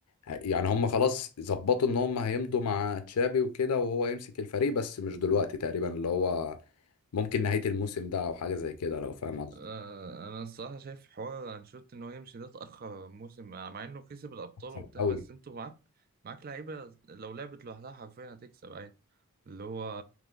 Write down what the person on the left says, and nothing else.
يعني هم خلاص ظبطوا ان هم هيمضوا مع تشابي وكده وهو يمسك الفريق بس مش دلوقتي تقريبا اللي هو ممكن نهاية الموسم ده او حاجة زي كده لو فاهم قصدي
صعب
قوي